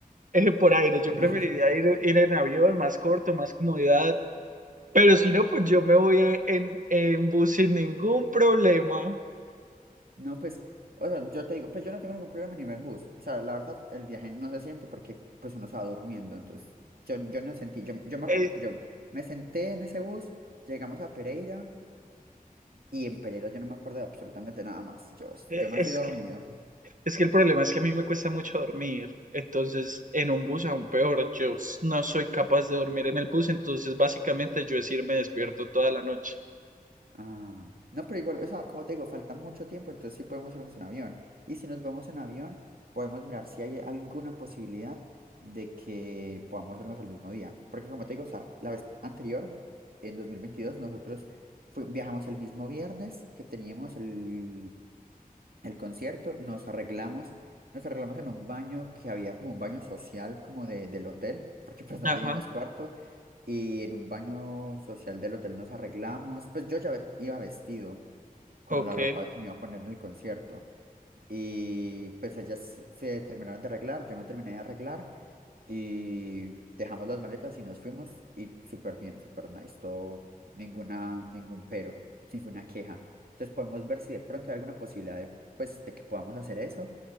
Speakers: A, on the right (about 60°); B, on the right (about 80°).
A: eh, por aire, yo
B: <laughs>
A: preferiría ir, ir en avión, más corto, más comodidad. Pero si no, pues yo me voy en, en, bus sin ningún problema.
B: No, pues, o sea, yo te digo, pues yo no tengo ningún problema ni en bus. O sea, la verdad, el viaje no se siente porque pues uno estaba durmiendo. Entonces, yo, yo no sentí, yo, yo me
A: Eh,
B: acuerdo que yo me senté en ese bus, llegamos a Pereira y en Pereira yo no me acuerdo de absolutamente nada más. Yo,
A: eh,
B: yo me
A: es
B: fui dormido.
A: que Es que el problema es que a mí me cuesta mucho dormir, entonces en un bus aún peor, yo s- no soy capaz de dormir en el bus, entonces básicamente yo es irme despierto toda la noche.
B: Ah, no, pero igual, o sea, como te digo, falta mucho tiempo, entonces sí podemos irnos en avión. Y si nos vamos en avión, podemos mirar si hay alguna posibilidad de que podamos irnos el mismo día. Porque como te digo, o sea, la vez anterior, en 2022 nosotros fui- viajamos el mismo viernes que teníamos el el concierto, nos arreglamos, nos arreglamos en un baño que había como un baño social como de, del hotel, porque pues no
A: Ajá,
B: teníamos cuarto, y en un baño social del hotel nos arreglamos, pues yo ya ve- iba vestido con
A: ok,
B: la ropa que me iba a poner en el concierto, y pues ellas se terminaron de arreglar, yo me terminé de arreglar y dejamos las maletas y nos fuimos y súper bien, súper nice, todo, ninguna, ningún pero, ninguna queja. Entonces podemos ver si de pronto hay alguna posibilidad de, pues, de que podamos hacer eso